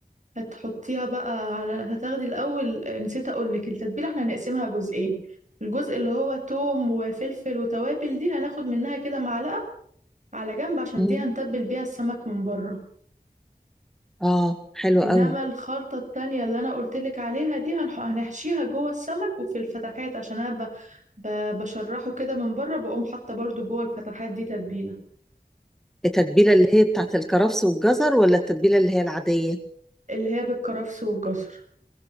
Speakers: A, on the right; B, in the centre.
A: هتحطيها بقى على هتاخدي الأول آه، نسيت أقولك التتبيلة احنا هنقسمها جزئين الجزء اللي هو توم وفلفل وتوابل دي هناخد منها كده معلقة على جنب عشان
B: امم
A: دي هنتبل بيها السمك من بره
B: اه حلو
A: إنما
B: قوي
A: الخلطة التانية اللي أنا قلتلك عليها دي هنح- هنحشيها جوه السمك وفي الفتحات عشان أنا ب- ب- بشرحه كده من بره بقوم حاطة برضو جوه الفتحات دي تتبيلة
B: التتبيلة اللي هي بتاعت الكرفس والجزر ولا التتبيلة اللي هي العادية
A: اللي هي بالكرفس والجزر